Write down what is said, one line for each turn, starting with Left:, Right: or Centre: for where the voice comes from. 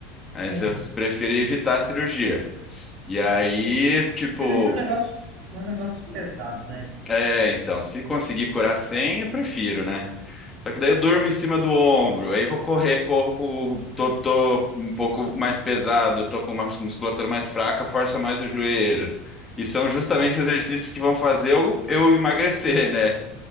Left: Mas
Right: Sim.
Left: eu preferi evitar a cirurgia. E aí,
Right: Cirurgia
Left: tipo,
Right: é um negócio, é um negócio pesado, né?
Left: é, então, se conseguir curar sem, eu prefiro, né? Só que daí eu durmo em cima do ombro, aí eu vou correr, corro com o- tô, tô um pouco mais pesado, tô com uma musculatura mais fraca, força mais o joelho. E são justamente
Right: Sim.
Left: os exercícios que vão fazer eu, eu emagrecer, né?